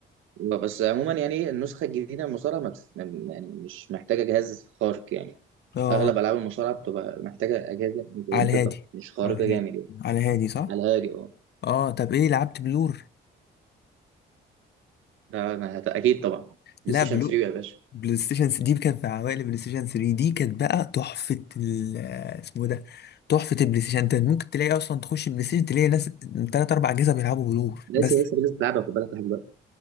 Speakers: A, on the right; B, on the left.
A: آه، بس عموما يعني النسخة الجديدة من المصارعة ما بس يعني يعني مش محتاجة جهاز خارق يعني
B: اه
A: أغلب ألعاب المصارعة بتبقى محتاجة أجهزة متوسطة
B: على الهادي
A: مش خارقة
B: على الهادي
A: جامد يعني
B: على الهادي صح
A: على الهادي أه
B: اه طب ايه لعبت بلور
A: لا، ما هت- أكيد طبعا بلاي
B: لا
A: ستيشن
B: بلور
A: 3 يا باشا
B: بلاي ستيشن 3 دي كانت في عوائل بلاي ستيشن 3 دي كانت بقى تحفة ال اسمه إيه ده تحفة البلاي ستيشن انت ممكن تلاقي اصلا تخش البلاي ستيشن تلاقي ناس تلات اربع اجهزة بيلعبوا بلور
A: لسه
B: بس
A: لسه في ناس بتلعبها خد بالك لحد دلوقتي